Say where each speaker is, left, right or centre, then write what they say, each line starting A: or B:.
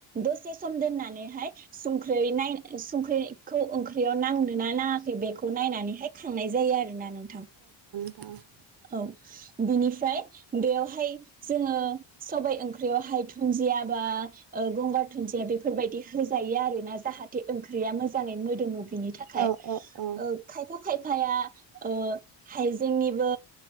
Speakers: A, on the right (about 20°); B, on the right (about 45°).
A: दसे सम दोननानैहाय संख्रै नाय संख्रैखौ ओंख्रियाव नांदों ना नाङाखै बेखौ नायनानैहाय खांनाय जायो आरो ना नों नोंथां
B: उम
A: औ बिनिफ्राय बेयावहाय जोङो सबाय ओंख्रियावहाय दुन्दिया बा ओ गंगार दुन्दिया बेफोरबायदि होजायो आरोना जाहाथे ओंख्रिया मोजाङै मोदोमो बिनि थाखाय
B: औ औ औ
A: ओ खायफा खाय फाया ओ हाइजेंनि बो